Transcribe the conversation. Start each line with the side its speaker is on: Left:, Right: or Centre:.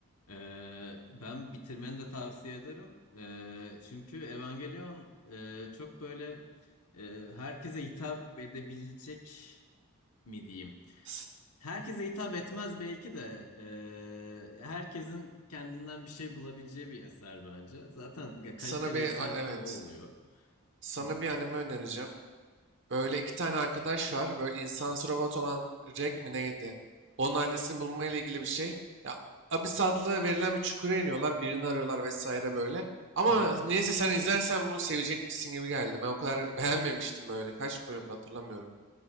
Left: Ee, ben bitirmeni de tavsiye ederim. Ee, çünkü Evangelion e, çok böyle e, herkese hitap edebilecek mi diyeyim.
Right: S-
Left: Herkese hitap etmez belki de e, herkesin kendinden bir şey bulabileceği bir eser bence. Zaten ya, kaliteli
Right: Sana bir
Left: eserde
Right: a- evet.
Left: de o oluyor.
Right: Sana
Left: Hı
Right: bir anime önereceğim. Böyle iki tane arkadaş var. Böyle insansı robot olan Jack mi neydi? Onun annesini bulma ile ilgili bir şey. Ya Abyss adlı verilen bir çukura iniyorlar. Birini arıyorlar vesaire böyle. Ama
Left: hı. Hı
Right: neyse sen izlersen bunu sevecekmişsin gibi geldi. Ben o kadar <laughs> beğenmemiştim böyle. Kaç bölümde hatırlamıyorum.